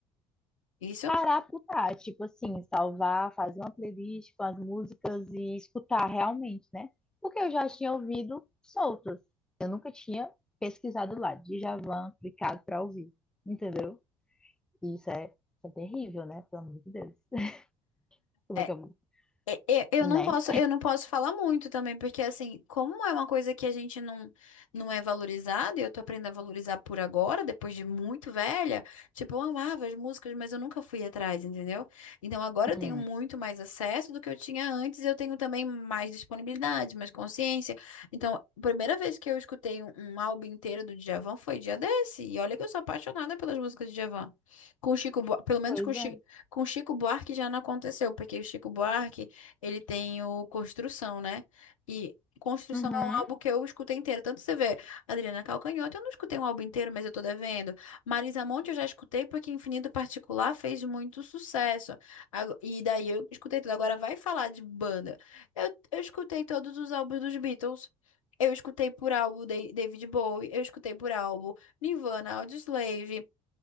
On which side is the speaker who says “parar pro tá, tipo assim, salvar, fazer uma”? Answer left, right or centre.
Centre